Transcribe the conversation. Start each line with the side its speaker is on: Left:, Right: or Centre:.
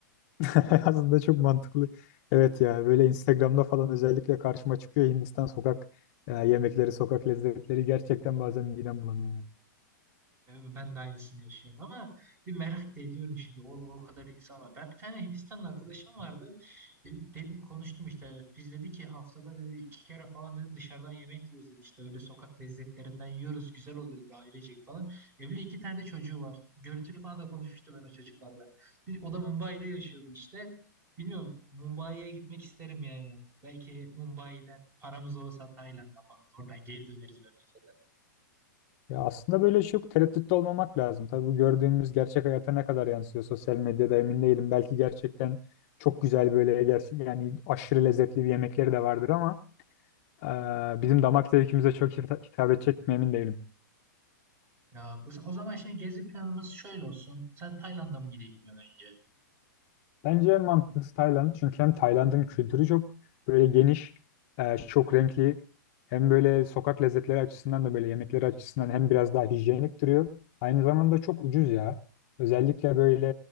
Left: <laughs> Aslında çok mantıklı. Evet ya böyle Instagram'da falan özellikle karşıma çıkıyor Hindistan sokak e, yemekleri, sokak lezzetleri gerçekten bazen midem bulanıyor.
Right: Yani Ben de aynısını yaşıyorum ama bir merak da ediyorum şimdi o, o kadar insan var. Ben bir tane Hindistanlı arkadaşım vardı. Dedim, dedim konuştum işte. Biz dedi ki haftada dedi iki kere falan dedi dışarıdan yemek yiyoruz dedi. İşte öyle sokak lezzetlerinden yiyoruz. Güzel oluyor dedi ailecek falan. Evli iki tane de çocuğu var. Görüntülü falan da konuşmuştum ben o çocuklarla. Bir, o da Mumbai'de yaşıyordu işte. Bilmiyorum Mumbai'ye gitmek isterim yani. Belki Mumbai'den paramız olsa Tayland'a falan oradan geri döneriz memlekete.
Left: Ya aslında böyle çok tereddütte olmamak lazım. Tabii bu gördüğümüz gerçek hayata ne kadar yansıyor sosyal medyada emin değilim. Belki gerçekten çok güzel böyle gerçek yani aşırı lezzetli bir yemekleri de vardır ama eee, bizim damak zevkimize çok hita- hitap edecek mi emin değilim.
Right: Ya Gusten, o zaman şimdi gezi planımız şöyle olsun. Sen Tayland'a mı gidelim diyorsun önce?
Left: Bence en mantıklısı Tayland. Çünkü hem Tayland'ın kültürü çok böyle geniş, e, çok renkli. Hem böyle sokak lezzetleri açısından da böyle yemekleri açısından hem biraz daha hijyenik duruyor. Aynı zamanda çok ucuz ya. Özellikle böyle